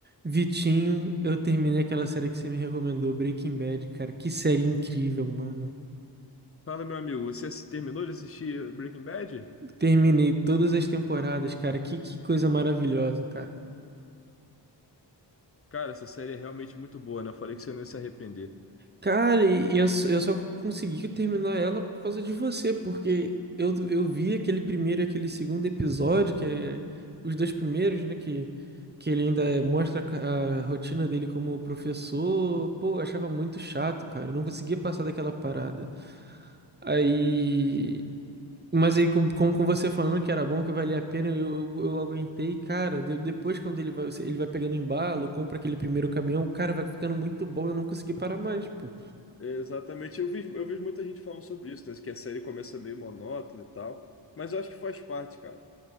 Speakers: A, on the right; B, on the left.
A: Vitinho, eu terminei aquela série que você me recomendou, Breaking Bad, cara. Que série incrível, mano.
B: Fala, meu amigo, você assi- terminou de assistir Breaking Bad?
A: Terminei todas as temporadas, cara. Que, que coisa maravilhosa, cara.
B: Cara, essa série é realmente muito boa, né? Eu falei que você não ia se arrepender.
A: Cara, e e eu, só- eu só consegui terminar ela por causa de você, porque eu, eu vi aquele primeiro e aquele segundo episódio, que é os dois primeiros, né? Que, que ele ainda mostra a a rotina dele como professor. Pô, eu achava muito chato, cara. Eu não conseguia passar daquela parada. Aí. Mas aí, como, como com você falando que era bom, que valia a pena, eu, eu, eu aguentei, cara. de- depois, quando ele vai, ele vai pegando embalo, compra aquele primeiro caminhão, cara, vai ficando muito bom, eu não consegui parar mais, pô.
B: É, Exatamente, eu vi, eu vejo muita gente falando sobre isso, né? Que a série começa meio monótona e tal, mas eu acho que faz parte, cara.